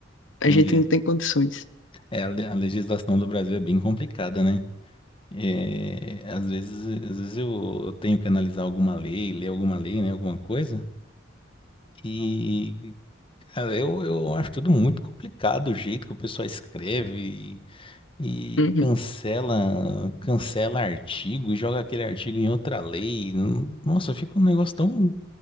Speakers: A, on the left (about 80°); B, on the left (about 30°).
A: a
B: entendi.
A: gente não tem condições.
B: É, a le- a legislação do Brasil é bem complicada, né? É, às vezes, às vezes eu, eu tenho que analisar alguma lei, ler alguma lei, né, alguma coisa, e cara, eu, eu acho tudo muito complicado o jeito que o pessoal escreve e,
A: Uhum.
B: e cancela, cancela artigo e joga aquele artigo em outra lei. Hum, Nossa, fica um negócio tão,